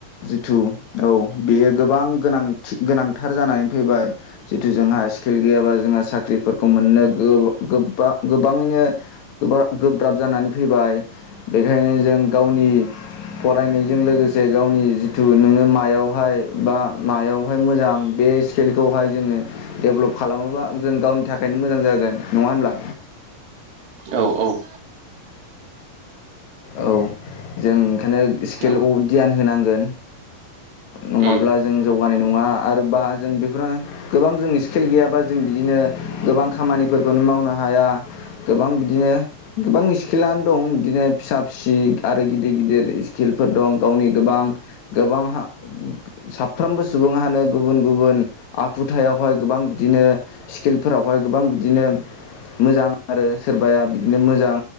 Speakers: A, on the left; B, on the right.
A: जिथु औ बेयो गोबां गोनांथि गोनांथार जानानै फैबाय। जिथु जोंहा स्किल गैयाबा जोंहा साख्रिफोरखौ मोननो गोब गोबा गोबाङैनो गोब्रा - गोब्राब जानानै फैबाय बेखायनो जों गावनि फरायनायजों लोगोसे गावनि जिथु नोङो मायावहाय बा मायावहाय मोजां बे बे स्केलखौ हाय जोङो देभलप खालामोबा जों गावनि थाखायनो मोजां जागोन नङा होनब्ला?
B: औ औ।
A: औ जों ओंखायनो स्केलाखौ
B: औ
A: धियान होनांगोन नङाब्ला
B: उम
A: जों जौगानाय नङा आद बा जों बेफोरा गोबां जों स्किल गैयाबा जों बिदिनो गोबां खामानिफोरखौनो मावनो हाया। दा गोबां बिदिनो गोबां स्किलानो दं बिदिनो फिसा - फिसि आरो गिदिर - गिदिर स्किल। फोर दं गावनि गोबां गोबां हा साफ्रोमबो सुबुंहानो गुबुन- गुबुन आखुथायावहाय गोबां बिदिनो स्किलफोरावहाय गोबां बिदिनो मोजां आरो सोरबाया बिदिनो मोजां